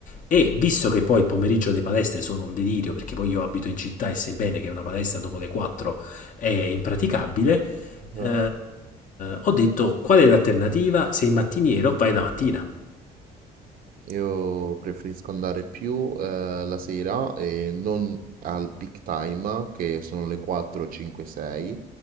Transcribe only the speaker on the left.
e visto che poi il pomeriggio le palestre sono un delirio perché poi io abito in città e sai bene che una palestra dopo le 4 è impraticabile,
eh, ho detto qual è l'alternativa? Sei mattiniero, vai la mattina.